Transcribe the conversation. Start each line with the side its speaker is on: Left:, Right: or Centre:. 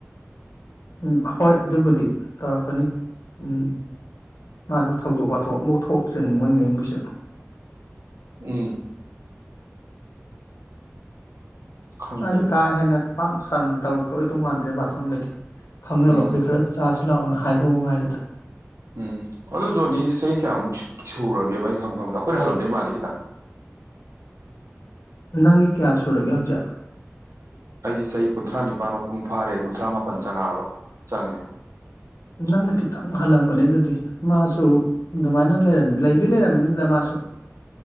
Left: ꯎꯝ ꯑ ꯍꯣꯏ ꯑꯗꯨꯕꯨꯗꯤ ꯇꯧꯔꯛꯀꯅꯤ ꯎꯝ ꯃꯥꯁꯨ ꯊꯧꯗꯣꯛ ꯋꯥꯊꯣꯛ ꯑꯃꯐꯧ ꯊꯣꯛꯇ꯭ꯔꯤꯕꯅꯤ ꯃꯣꯏ ꯃꯌꯨꯝꯒꯤꯁꯨ
Right: ꯎꯝ ꯈꯪꯗꯦ
Left: ꯍꯥꯏꯗꯤ ꯀꯥ ꯍꯦꯟꯅ ꯄꯥꯛ ꯁꯪꯅ ꯇꯧꯔꯛ ꯀꯈꯣꯏ ꯇꯨ ꯃꯥꯥꯟꯗꯦꯕꯥꯇꯃꯟ ꯀꯗꯤ ꯈꯪꯅꯕ
Right: ꯎꯝ
Left: ꯑꯩꯈꯣꯏ ꯈꯔ ꯆꯥꯁꯤ ꯂꯥꯛꯑꯣꯅ ꯍꯥꯏꯗꯣ ꯃꯉꯥꯏꯔꯦꯗ
Right: ꯎꯝ ꯑꯗꯨ ꯖꯣꯅꯤꯁꯦ ꯆꯍꯤ ꯀꯌꯥ ꯑꯃꯨꯛ ꯁꯨ ꯁꯨꯔꯒꯦꯕ ꯑꯩꯅ ꯈꯪꯈꯟꯕꯗ ꯑꯩꯈꯣꯏꯅ ꯍꯜꯂꯝꯗꯣꯏ ꯃꯥꯜꯂꯦ ꯈꯤꯇꯪ
Left: ꯅꯪꯒꯤ ꯀꯌꯥ ꯁꯨꯔꯒꯦ ꯍꯧꯖꯤꯛ
Right: ꯑꯩ ꯆꯍꯤ ꯀꯨꯟꯊ꯭ꯔꯥ ꯅꯤꯄꯥꯜ ꯃꯄꯨꯡ ꯐꯥꯔꯦ ꯀꯨꯟꯊ꯭ꯔꯥ ꯃꯥꯄꯜ ꯆꯪꯉꯥꯕ ꯆꯪꯉꯦ
Left: ꯅꯪꯅ ꯈꯤꯇꯪ ꯍꯜꯂꯝꯒꯅꯤ ꯑꯗꯨꯗꯤ ꯃꯥꯁꯨ ꯑꯗꯨꯃꯥꯏꯅ ꯂꯩꯔꯝ ꯂꯩꯗꯤ ꯂꯩꯔꯝꯃꯅꯤꯗ ꯃꯥꯁꯨ